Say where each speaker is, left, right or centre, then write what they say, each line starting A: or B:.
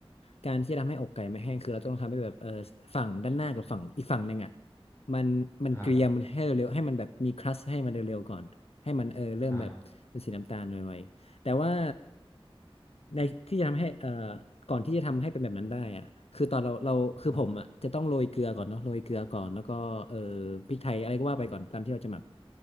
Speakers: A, on the left (about 80°); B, on the left (about 25°).
A: การที่จะทำให้อกไก่ไม่แห้งคือเราต้องทำให้แบบเออฝั่งด้านหน้ากับฝั่งอีกฝั่งหนึ่งอ่ะมันมันเกรียมมันให้เร็วๆให้มันแบบมีครัสให้มันเร็วๆก่อนให้มันเออเริ่มแบบเป็นสีน้ำตาลไวๆแต่ว่า
B: ครับครับ
A: ในที่จะทำให้เออก่อนที่จะทำให้เป็นแบบนั้นได้อ่ะคือตอนเราเราคือผมอ่ะจะต้องโรยเกลือก่อนเนาะโรยเกลือก่อนแล้วก็เออ
B: ครับ
A: พริกไทยอะไรก็ว่าไปก่อนตามที่เราจะหมัก